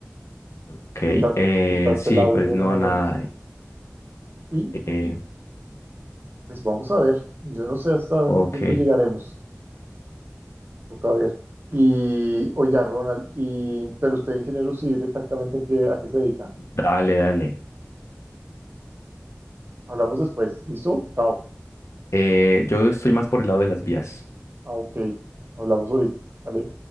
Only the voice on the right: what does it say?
quitas-
quitaste
el audio
en un momento.
Y,
y, pues vamos a ver, yo no sé hasta
qué punto llegaremos, toca ver. Y oiga, Ronald, y, pero usted ingeniero civil exactamente en qué, a qué se dedica.
Hablamos después, ¿listo? Chao.
Ah, ok, hablamos ahorita. Vale.